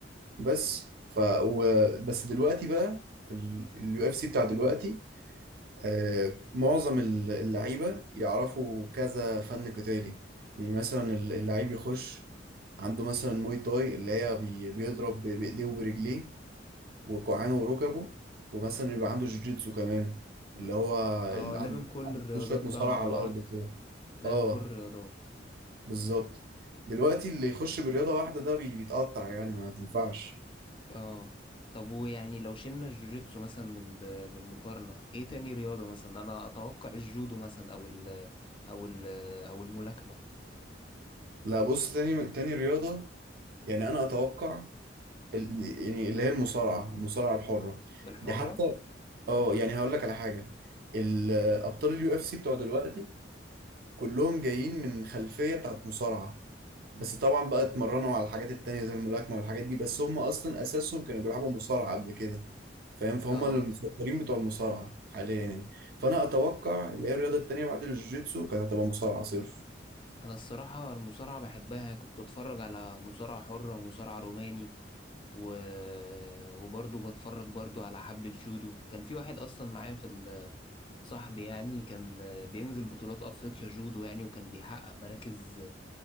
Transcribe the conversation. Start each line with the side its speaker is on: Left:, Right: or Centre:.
Right: بس ف و... بس دلوقتي بقى في اليو اف سي بتاع دلوقتي آه، معظم ال- اللعيبة يعرفوا كذا فن قتالي يعني مثلا ال- اللعيب يخش عنده مثلا موي تاي اللي هي بي- بيضرب ب- بإيديه وبرجليه وكوعانه وركبه ومثلا يبقى عنده جوجيتسو كمان اللي هو
Left: اه
Right: ال-
Left: لامم
Right: عنده
Left: كل
Right: عنده
Left: الرياضات
Right: شوية
Left: بقى
Right: مصارعة
Left: مع
Right: على
Left: بعض
Right: الأرض كده
Left: لامم
Right: اه
Left: كل الرياضات
Right: بالظبط دلوقتي اللي يخش برياضة واحدة ده بي- بيتقطع يعني ما تنفعش
Left: اه طب ويعني لو شلنا الجوجيتسو مثلا من ال- من المقارنة ايه تاني رياضة مثلا انا اتوقع الجودو مثلا او ال او ال او الملاكمة
Right: لا بص تاني تاني رياضة يعني أنا أتوقع ال- يعني اللي هي المصارعة المصارعة الحرة
Left: الحرة
Right: دي حتى اه يعني هقول لك على حاجه الابطال اليو اف سي بتوع دلوقتي كلهم جايين من خلفيه بتاعت مصارعه بس طبعا بقى اتمرنوا على الحاجات التانية زي الملاكمه والحاجات دي بس هم اصلا اساسهم كانوا بيلعبوا مصارعه قبل كده فاهم فهم
Left: اه
Right: المسيطرين بتوع المصارعه حاليا يعني فانا اتوقع اللي هي الرياضه التانية بعد الجوجيتسو كانت هتبقى مصارعه صرف
Left: انا الصراحة المصارعة بحبها كنت اتفرج على مصارعة حرة ومصارعة روماني و... وبرضه بتفرج برضه على حبة جودو كان في واحد اصلا معايا في ال- صاحبي يعني كان بينزل بطولات افريقيا جودو يعني وكان بيحقق مراكز